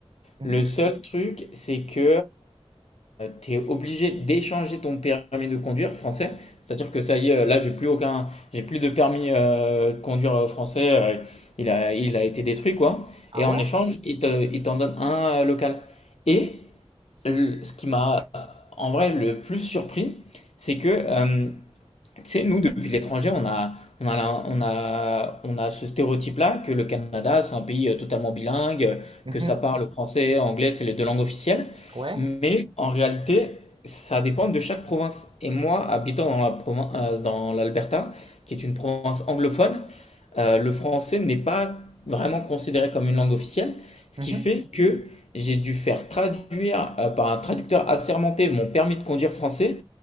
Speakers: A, on the right; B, on the left.
A: Mhm.
B: Le seul truc, c'est que tu es obligé d'échanger ton permis de conduire français. C'est-à-dire que ça y est, euh, là, j'ai plus aucun, j'ai plus de permis euh, de conduire euh, français. euh, il a, il a été détruit, quoi.
A: Ah
B: Et
A: ouais?
B: en échange, il te- il t'en donne un euh, local. Et le- ce qui m'a, en vrai, le plus surpris, c'est que euh, tu sais, nous, depuis l'étranger, on a, on a, la- on a, on a ce stéréotype-là que le Canada, c'est un pays euh, totalement bilingue,
A: Mhm.
B: que ça parle français, anglais, c'est les deux langues officielles.
A: Ouais?
B: Mais en réalité, ça dépend de chaque province. Et moi, habitant dans la provin- euh, dans l'Alberta, qui est une province anglophone, euh, le français n'est pas vraiment considéré comme une langue officielle, ce
A: Mhm.
B: qui fait que j'ai dû faire traduire euh, par un traducteur assermenté mon permis de conduire français